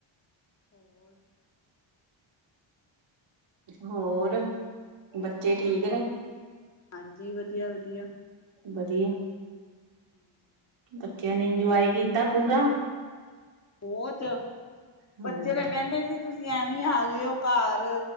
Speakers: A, on the left; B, on the right.
A: ਹੋਰ
B: ਹੋਰ? ਬੱਚੇ
A: ਵਦੀਆ,
B: ਠੀਕ ਨੇ
A: ਹਾਂਜੀ ਵਦੀਆ, ਵਦੀਆ।
B: ਵਦੀਆ।
A: ਹਮ
B: ਬੱਚਿਆਂ ਨੇ ਇੰਜੋਏ ਕੀਤਾ ਪੂਰਾ?
A: ਬੋਤ,
B: ਹੂੰ
A: ਬੱਚੇ ਤਾ ਕੈਂਦੇ ਸੀ ਤੁਸੀ ਐਵੇਂ ਆ ਗਏ ਓ ਕਾਰ।